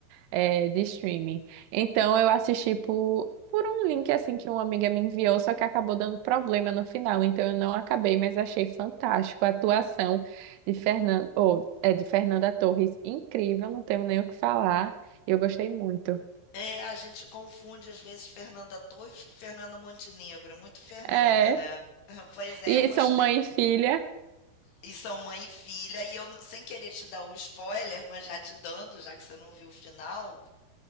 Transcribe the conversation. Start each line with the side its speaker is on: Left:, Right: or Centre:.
Right: eh, de streaming. Então eu assisti por, por um link assim que uma amiga me enviou, só que acabou dando problema no final, então eu não acabei, mas achei fantástico a atuação de Fernando, ou, é, de Fernanda Torres, incrível, não tenho nem o que falar. Eu gostei muito.
Left: É, a gente confunde às vezes Fernanda Torres com Fernando Montenegro. É muito Fernanda,
Right: É,
Left: né? <laughs> Pois é,
Right: e
Left: eu gostei.
Right: são mãe e filha.
Left: E são mãe e filha, e eu, sem querer te dar o spoiler, mas já te dando, já que você não viu o final,